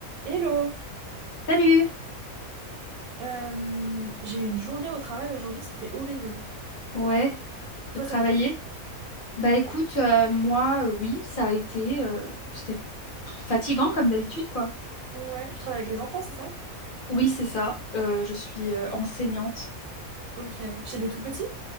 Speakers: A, on the right; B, on the left.
A: Hello!
B: Salut!
A: Euh, j'ai eu une journée au travail aujourd'hui, c'était horrible.
B: Ouais, t'as
A: Toi,
B: travaillé?
A: ça a été?
B: Bah écoute, euh, moi, euh, oui, ça a été, euh, c'était fatigant comme d'habitude, quoi.
A: Ouais, tu travailles avec les enfants, c'est ça?
B: Oui, c'est ça, euh, je suis euh, enseignante
A: Ok. Chez des tout petits?